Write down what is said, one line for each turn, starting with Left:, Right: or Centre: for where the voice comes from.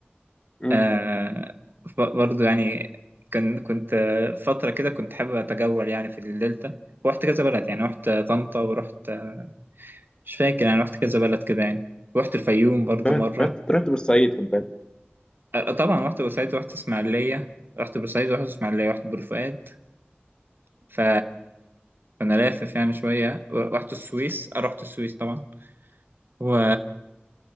Left: امم
Right: آه ف- برضه يعني كان كنت آه، فترة كده كنت حابب أتجول يعني في الدلتا رحت كذا بلد يعني رحت طنطا ورحت آه، مش فاكر يعني رحت كذا بلد كده يعني رحت الفيوم برضه
Left: رحت
Right: مرة
Left: رحت رحت بورسعيد خد بالك
Right: آه، طبعا رحت بورسعيد ورحت إسماعيلية رحت بورسعيد ورحت إسماعيلية رحت بورفؤاد ف فانا لافف يعني شويه رحت السويس آه، رحت السويس طبعا و